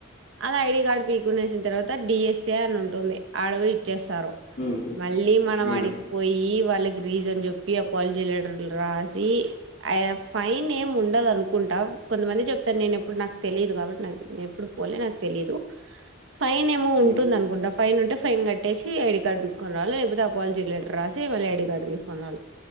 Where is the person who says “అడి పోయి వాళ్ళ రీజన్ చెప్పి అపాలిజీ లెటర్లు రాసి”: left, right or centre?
Right